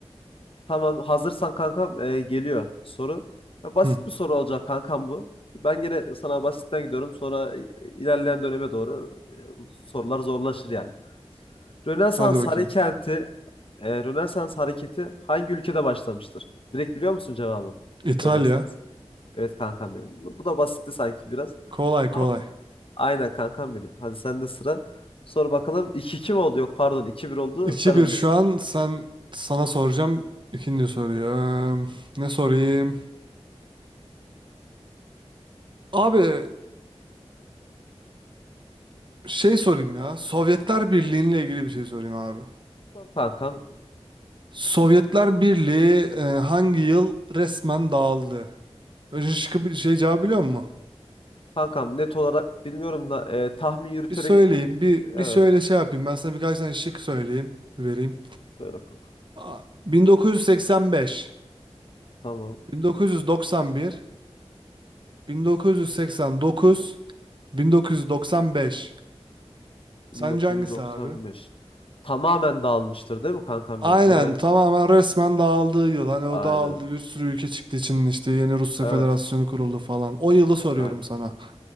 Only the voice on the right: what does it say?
Hı,
hadi bakayım.
İtalya.
Kolay
kolay.
2
bir şu an sen sana soracağım ikinci soruyu. Ee, ne sorayım? Abi şey sorayım ya. Sovyetler Birliği'yle ilgili bir şey sorayım abi.
Sovyetler Birliği e, hangi yıl resmen dağıldı? Önce şıkkı bir şey cevabı biliyor musun?
Bir söyleyeyim, bir
bir söyle şey yapayım. Ben sana birkaç tane şık söyleyeyim, vereyim.
Aa, 1985,
1991, 1989, 1995.
Sence hangisi abi?
Aynen
tamamen resmen dağıldığı yıl. Hani o
dağıldı bir sürü ülke çıktı için işte yeni Rusya
Federasyonu kuruldu falan. O yılı soruyorum
sana.